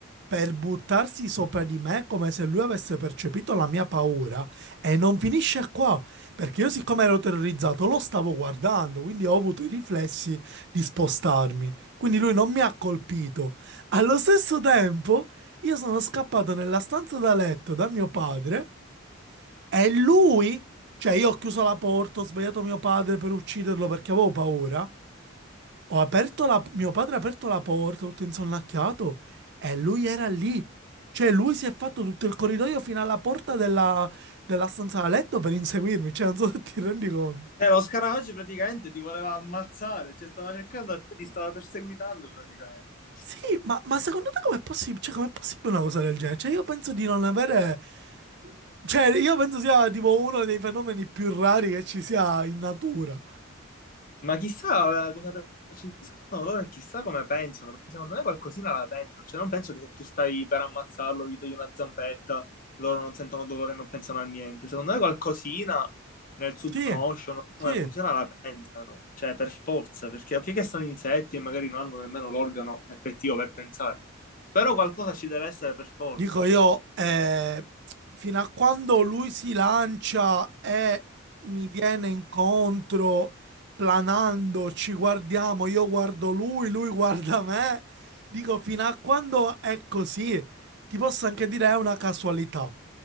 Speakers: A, on the right; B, on the left.
A: per buttarsi sopra di me come se lui avesse percepito la mia paura. E non finisce qua, perché io siccome ero terrorizzato lo stavo guardando, quindi ho avuto i riflessi di spostarmi. Quindi lui non mi ha colpito. Allo stesso tempo, io sono scappato nella stanza da letto da mio padre è lui? Cioè, io ho chiuso la porta, ho svegliato mio padre per ucciderlo perché avevo paura. Ho aperto la... Mio padre ha aperto la porta, tutto insonnacchiato, e lui era lì. Cioè, lui si è fatto tutto il corridoio fino alla porta della, della stanza da letto per inseguirmi. Cioè, non so se ti rendi conto.
B: Eh, lo scarafaggio praticamente ti voleva ammazzare, cioè, stava cercando a te, ti stava perseguitando praticamente.
A: Sì, ma, ma secondo te com'è possibile? Cioè, com'è possibile una cosa del genere? Cioè, io penso di non avere... Cioè, io penso sia tipo uno dei fenomeni più rari che ci sia in natura.
B: Ma chissà cosa percepiscono loro e chissà come pensano, perché secondo me qualcosina la pensano. Cioè, non penso che se tu stai per ammazzarlo, gli togli una zampetta, loro non sentono dolore e non pensano a niente. Secondo me qualcosina nel subconscio,
A: Sì,
B: non so
A: sì.
B: come funziona, la pensano. Cioè, per forza, perché ok che sono insetti e magari non hanno nemmeno l'organo effettivo per pensare, però qualcosa ci deve essere per forza.
A: Dico io, eh, fino a quando lui si lancia e mi viene incontro planando, ci guardiamo, io guardo lui, lui guarda me. Dico, fino a quando è così, ti posso anche dire è una casualità.